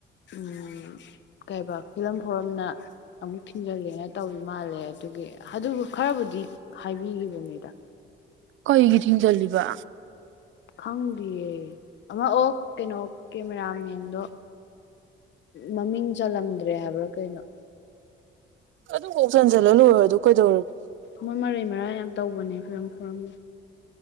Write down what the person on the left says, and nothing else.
ꯎꯝ ꯀꯩꯕ ꯐꯤꯂꯝ ꯐꯣꯔꯝꯅ ꯑꯃꯨꯛ ꯊꯤꯡꯖꯤꯜꯂꯦꯅ ꯇꯧꯔꯤ ꯃꯥꯜꯂꯦ ꯑꯗꯨꯒꯤ ꯑꯗꯨꯕꯨ ꯈꯔꯕꯨꯗꯤ ꯍꯥꯏꯕꯤꯒꯤꯕꯅꯦꯗ
ꯈꯪꯗꯤꯌꯦ ꯑꯃ ꯑꯣ ꯀꯩꯅꯣ ꯀꯦꯃꯦꯔꯥꯃꯦꯟꯗꯣ ꯃꯃꯤꯡ ꯆꯜꯂꯝꯗ꯭ꯔꯦ ꯍꯥꯏꯕ꯭ꯔꯥ ꯀꯩꯅꯣ
ꯃꯣꯏ ꯃꯔꯩ ꯃꯔꯥꯡ ꯌꯥꯝ ꯇꯧꯕꯅꯦ ꯐꯤꯂꯝ ꯐꯣꯔꯝ